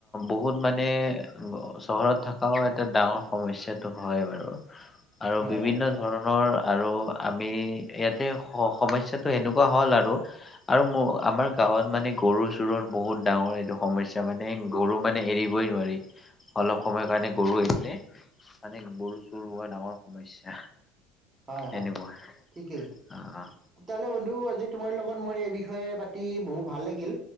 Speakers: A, on the left; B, on the right.
A: বহুত মানে চহৰত থকাও এটা ডাঙৰ সমস্যাটো হয় বাৰু।
B: <inaudible>
A: আৰু বিভিন্ন
B: হয়
A: ধৰণৰ আৰু আমি ইয়াতে সমস্যাটো এনেকুৱা হ'ল আৰু। আৰু মোৰ আমাৰ গাঁৱত মানে গৰু চোৰৰ বহুত ডাঙৰ এইটো সমস্যা মানে। গৰু মানে এৰিবই নোৱাৰি, অলপ সময়ৰ কাৰণে গৰু এৰিলে মানে গৰু চৰু হোৱা ডাঙৰ সমস্যা।
B: হয় হয়
A: এনেকুৱা,
B: ঠিকেই
A: অ- অ।
B: তেতিয়াহ'লে বন্ধু আজি তোমাৰ লগত মোৰ এই বিষয়ে পাতি বহুত ভাল লাগিল।